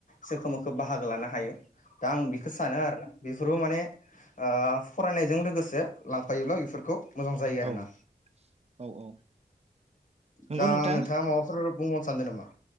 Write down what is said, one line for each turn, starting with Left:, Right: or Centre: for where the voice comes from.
Left: सोखो मोखो बाहागो लानो हायो। दा आं बिखो सानो आरोना बेफोरबो माने आ। फरायनायजों लोगोसे लांफायोब्ला बेफोर। खौ। मोजां जायो आरोना
Right: औ औ औ नंगौ
Left: दा
Right: नोंथां
Left: नोंथाङा माबाफोर बुङो। सान्दोनामा।